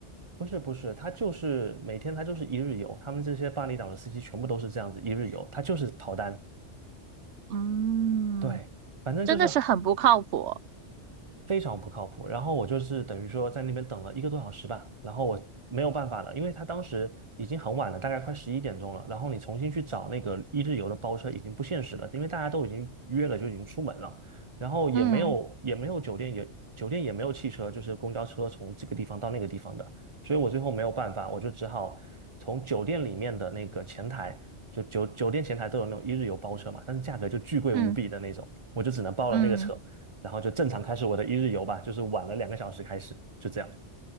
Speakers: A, on the right (about 30°); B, on the right (about 70°).
A: 不是不是，他就是每天他就是一日游，他们这些巴厘岛的司机全部都是这样子一日游，他就是跑单。
B: 嗯，
A: 对，反正就是
B: 真的是很不靠谱。
A: 非常不靠谱。然后我就是等于说在那边等了一个多小时吧，然后我没有办法了，因为他当时已经很晚了，大概快十一点钟了。然后你重新去找那个一日游的包车已经不现实了，因为大家都已经约了，就已经出门了，然后也没有也没有酒店也。
B: 嗯
A: 酒店也没有汽车，就是公交车从这个地方到那个地方的，所以我最后没有办法，我就只好从酒店里面的那个前台，就酒酒店前台都有那种一日游包车嘛，但是价格就巨贵无比的那种，
B: 嗯
A: 我就只能包了那个车。
B: 嗯，
A: 然后就正常开始我的一日游吧，就是晚了两个小时开始，就这样。